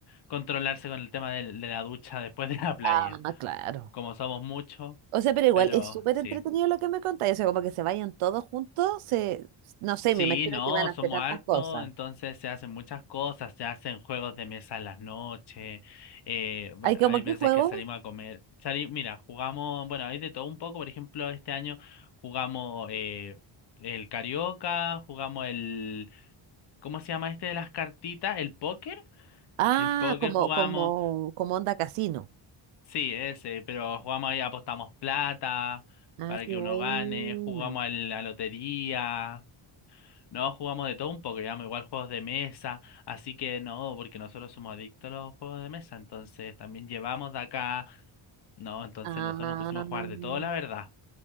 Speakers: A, on the left (about 55°); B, on the right (about 80°).
A: controlarse con el tema del- de la ducha después de la playa.
B: Ah, claro.
A: Como somos muchos.
B: O sea, pero igual
A: Pero
B: es súper
A: sí.
B: entretenido lo que me contáis. O sea, como que se vayan todos juntos, se, no sé,
A: Sí,
B: me imagino
A: no,
B: que van a
A: somos
B: hacer tantas
A: hartos,
B: cosas.
A: entonces se hacen muchas cosas, se hacen juegos de mesa en las noches, eh, bue-
B: ¿Hay como
A: hay
B: qué
A: veces
B: juego?
A: que salimos a comer, sali- mira, jugamos, bueno, hay de todo un poco, por ejemplo, este año jugamos eh, el carioca, jugamos el, ¿cómo se llama este de las cartitas? ¿El póker?
B: Ah,
A: El póker
B: como,
A: jugamos,
B: como, como onda casino.
A: sí, ese, pero jugamos ahí, apostamos plata
B: Ah,
A: para
B: qué
A: que
B: buena.
A: uno gane, jugamos a la lotería. No, jugamos de todo un poco, llevamos igual juegos de mesa, así que no, porque nosotros somos adictos a los juegos de mesa, entonces también llevamos de acá, no, entonces
B: Ah,
A: nosotros nos pusimos a jugar de todo, la verdad,